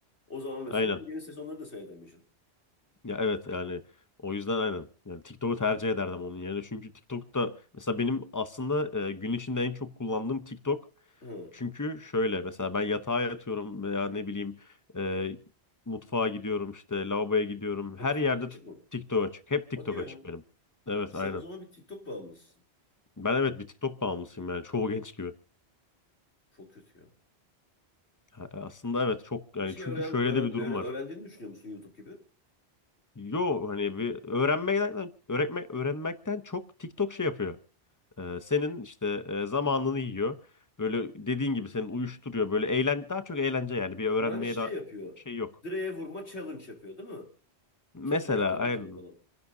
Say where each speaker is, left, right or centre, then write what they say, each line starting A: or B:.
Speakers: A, on the left; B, on the left.
A: O zaman mesela
B: Aynen.
A: yeni sezonları da seyredemeyeceksin.
B: Ya evet yani o yüzden aynen. Yani TikTok'u tercih ederdim onun yerine. Çünkü TikTok'ta mesela benim aslında e, gün içinde en çok kullandığım TikTok
A: Hı.
B: Çünkü şöyle mesela ben yatağa yatıyorum veya ne bileyim e, mutfağa gidiyorum işte lavaboya gidiyorum.
A: Hep
B: Her
A: TikTok
B: yerde
A: açık
B: t-
A: mı?
B: TikTok açık. Hep TikTok
A: Hadi ya.
B: açık benim. Evet
A: E sen
B: aynen.
A: o zaman bir TikTok bağımlısın.
B: Ben evet bir TikTok bağımlısıyım yani çoğu genç gibi.
A: Çok kötü ya.
B: Ha- e, Aslında evet çok yani
A: Bir şey
B: çünkü
A: öğren,
B: şöyle
A: öğren,
B: de bir durum
A: öğren-
B: var.
A: öğrendiğini düşünüyor musun YouTube gibi?
B: Yo hani bir öğrenmekten öğretme, öğrenmekten çok TikTok şey yapıyor. E, senin işte e, zamanını yiyor. Böyle dediğin gibi senin uyuşturuyor. Böyle eğlen daha çok eğlence yani bir öğrenmeye
A: Yani şey
B: daha
A: yapıyor.
B: şey yok.
A: Direğe vurma challenge yapıyor değil mi?
B: Mesela
A: Kim direğe atabilecek
B: aynen.
A: falan.